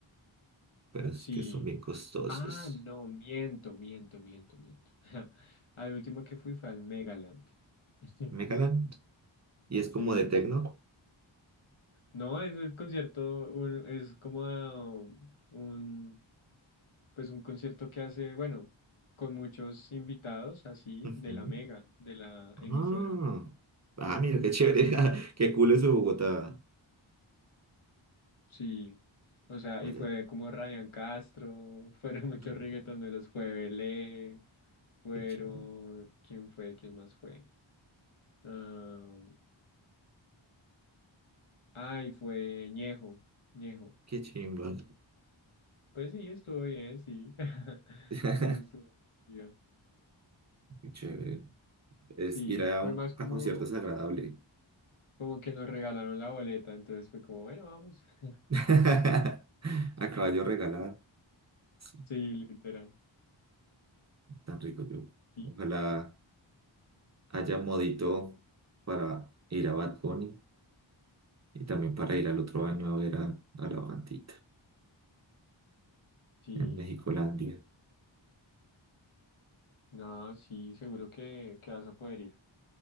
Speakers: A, on the right; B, on the left.
A: pero es
B: Sí.
A: que son bien costosos.
B: Ah, no, miento, miento, miento, miento. <laughs> Al último que fui fue al Megaland. <laughs>
A: ¿Me calan? Y es como
B: Sí,
A: de
B: sí,
A: tecno.
B: sí. No, es un concierto, un- es como ah, un, pues un concierto que hace, bueno, con muchos invitados así
A: Ujú.
B: de la Mega, de la emisora.
A: Ah, ah, mira, qué chévere. <laughs> Qué cool es Bogotá.
B: Sí. O sea,
A: Allá,
B: y fue como Ryan Castro, <laughs> fueron muchos
A: re-
B: reggaetoneros, fue Belé, fueron,
A: qué chingo.
B: ¿quién fue? ¿Quién más fue? Ah, Ay, fue Ñejo, Ñejo.
A: Qué chimba.
B: Pues sí, estuvo bien, sí. <laughs>
A: <laughs>
B: Sí, estuvo bien.
A: Qué Chévere. Es
B: Sí,
A: ir a,
B: fue
A: un-
B: más como,
A: a conciertos agradable.
B: como que nos regalaron la boleta, entonces fue como, bueno, vamos. <laughs>
A: <laughs> A caballo regalado. Sí,
B: Sí, literal.
A: tan rico yo.
B: Sí,
A: Ojalá haya modito para ir a Bad Bunny y también para ir al otro año a ver a, a la bandita
B: sí.
A: en Mexicolandia.
B: No, sí, seguro que, que vas a poder ir.